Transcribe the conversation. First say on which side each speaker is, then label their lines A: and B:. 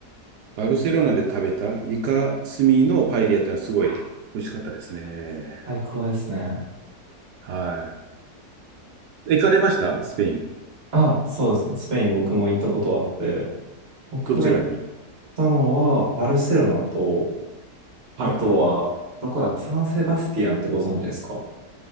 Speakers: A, on the right; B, on the right.
A: バルセロナで食べたイカスミのパエリアってのはすごい美味しかったですね。
B: あ、最高ですね。
A: はい。行かれましたスペイン。
B: あ、そうですね。スペイン僕も行ったことあって、僕が行っ
A: どちらに。
B: たのは、バルセロナと、
A: はいはい。
B: あとは、どこだ、サンセバスティアンってご存知ですか